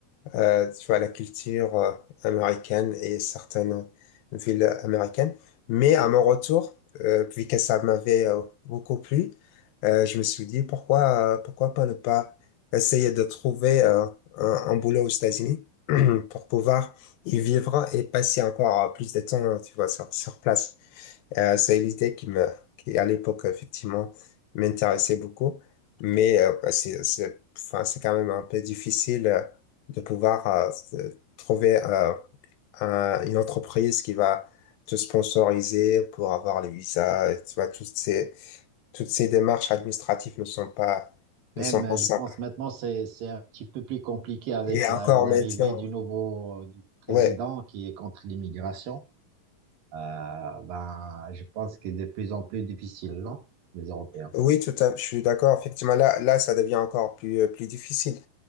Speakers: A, on the left; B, on the right.
A: euh, tu vois, la culture euh, américaine et certaines villes américaines. Mais à mon retour, euh, vu que ça m'avait euh, beaucoup plu, euh, je me suis dit, pourquoi, euh, pourquoi pas ne pas essayer de trouver euh, un, un boulot aux États-Unis <clears throat> pour pouvoir y vivre et passer encore euh, plus de temps, tu vois, sur, sur place. Euh, c'est l'idée qui me, qui à l'époque, effectivement, m'intéressait beaucoup. Mais euh, bah, c'est, c'est, enfin, c'est quand même un peu difficile euh, de pouvoir euh, se- trouver euh, un- une entreprise qui va te sponsoriser pour avoir les visas. et Tu vois, toutes ces, toutes ces démarches administratives ne sont pas, ne
B: Même,
A: sont
B: euh,
A: pas simples.
B: je pense maintenant, c'est, c'est un petit peu plus compliqué avec
A: Et
B: la-
A: encore
B: l'arrivée
A: maintenant,
B: du nouveau euh, du président
A: ouais.
B: qui est contre l'immigration. Euh, ben, je pense que c'est de plus en plus difficile, non, pour les Européens.
A: Oui, tout à fait, je suis d'accord. Effectivement, là, là, ça devient encore plus, euh, plus difficile.